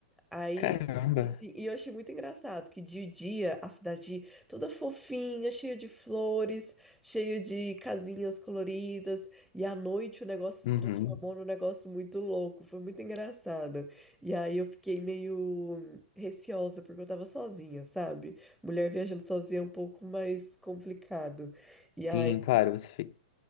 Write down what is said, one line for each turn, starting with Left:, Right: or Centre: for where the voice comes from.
Centre: Aí,
Left: caramba.
Centre: assim, e eu achei muito engraçado que de dia a cidade toda fofinha, cheia de flores, cheia de casinhas coloridas, e à noite o negócio
Left: Uhum.
Centre: se transformou num negócio muito louco, foi muito engraçado. E aí eu fiquei meio receosa porque eu tava sozinha, sabe? Mulher viajando sozinha é um pouco mais complicado. E aí,
Left: Sim, claro, você fica...